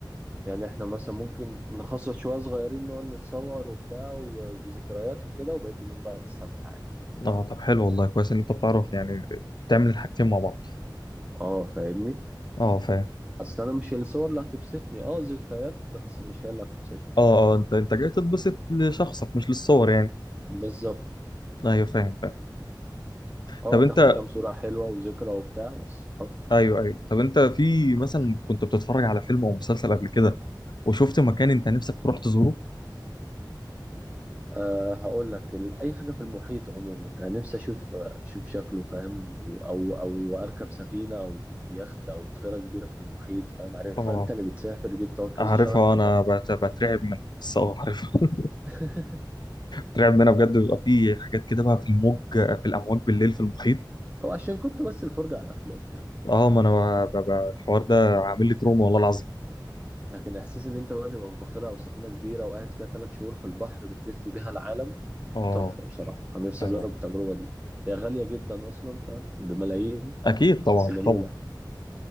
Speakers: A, on the right; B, on the left.
A: يعني إحنا مثلا ممكن نخصص شوية صغيرين نقعد نتصور وبتاع و- وذكريات وكده وبقية اليوم بقى نستمتع عادي
B: اه طب حلو والله كويس ان انت بتعرف يعني تعمل الحاجتين مع بعض
A: اه فاهمني
B: اه فاهم
A: أصل أنا مش الصور اللي هتبسطني اه ذكريات بس مش هي اللي هتبسطني فاهم
B: اه اه انت انت جاي تتبسط لشخصك مش للصور يعني
A: بالظبط
B: ايوه فاهم فاهم
A: اه
B: طب
A: تاخد
B: انت
A: كام صورة حلوة وذكرى وبتاع بس
B: ايوه ايوه طب انت في
A: خلاص
B: مثلا كنت بتتفرج على فيلم او مسلسل قبل كده وشفت مكان انت نفسك تروح تزوره
A: أه هقول لك ال- اي حاجه في المحيط عموما انا نفسي اشوف اشوف شكله فاهم و- او او اركب سفينه او يخت او بخيره كبيره في المحيط فاهم عارف
B: اه
A: انت اللي بتسافر دي بتقعد كذا
B: عارفها
A: شهر في البحر
B: انا بت- بترعب منها بس اه عارفها <laughs>
A: <laughs>
B: بترعب منها بجد بيبقى في حاجات كده بقى في الموج في الامواج بالليل في المحيط
A: هو عشان كتر بس الفرجه على الافلام
B: اه ما انا ب- ب- ب- الحوار ده عامل لي تروما والله العظيم
A: لكن احساس ان انت بقى تبقى في بخيره او سفينه كبيره وقاعد فيها ثلاث شهور في البحر بتلف بيها العالم
B: اه
A: تحفه بصراحه انا نفسي
B: ايوه
A: اجرب
B: ايوه
A: التجربه دي هي غاليه جدا اصلا فاهم بملايين
B: اكيد طبعا
A: بس جميله
B: طبعا